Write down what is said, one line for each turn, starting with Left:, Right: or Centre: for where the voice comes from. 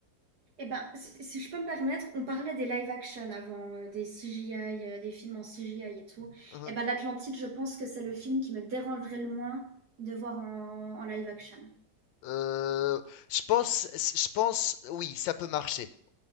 Right: Eh ben, si si je peux me permettre, on parlait des live action avant, euh, des CGI, euh, des films en CGI et tout.
Left: Hein.
Right: Eh ben, l'Atlantide, je pense que c'est le film qui me dérangerait le moins de voir en, en live action.
Left: Euh, je pense, je pense, oui, ça peut marcher.